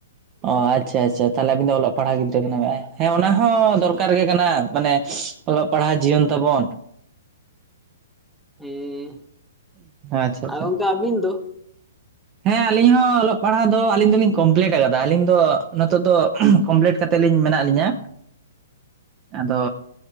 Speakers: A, on the right; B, in the centre.
A: ᱚ ᱟᱪᱷᱟ ᱟᱪᱷᱟ ᱛᱟᱦᱞᱮ ᱟᱵᱤᱱ ᱫᱚ ᱚᱞᱚᱜ ᱯᱟᱲᱦᱟᱜ ᱜᱤᱫᱽᱨᱟᱹ ᱠᱟᱱᱟ ᱵᱤᱱ, ᱦᱮᱸ ᱚᱱᱟ ᱦᱚᱸ ᱫᱚᱨᱠᱟᱨ ᱜᱮ ᱠᱟᱱᱟ, ᱢᱟᱱᱮᱼᱼ ᱚᱞᱚᱜ ᱯᱟᱲᱦᱟᱜ ᱡᱤᱭᱚᱱ ᱛᱟᱵᱚᱱ᱾
B: ᱦᱮᱸ,
A: ᱟᱪᱪᱷᱟ ᱟᱪᱪᱷᱟ
B: ᱟᱨ ᱜᱚᱝᱠᱮ ᱟᱹᱵᱤᱱ ᱫᱚ?
A: ᱦᱮᱸ ᱟᱞᱤᱧ ᱦᱚᱸ ᱚᱞᱚᱜ ᱯᱟᱲᱦᱟᱜ ᱫᱚ ᱟᱞᱤᱧ ᱫᱚᱞᱤᱧ ᱠᱚᱢᱯᱞᱤᱴ ᱟᱠᱟᱫᱟ, ᱟᱞᱤᱧ ᱫᱚ ᱱᱤᱛᱚᱜ ᱫᱚ ᱠᱚᱢᱯᱞᱤᱴ᱾ ᱠᱟᱛᱮᱫ ᱞᱤᱧ ᱢᱮᱱᱟᱜ ᱞᱤᱧᱟᱹ ᱟᱫᱚᱼᱼ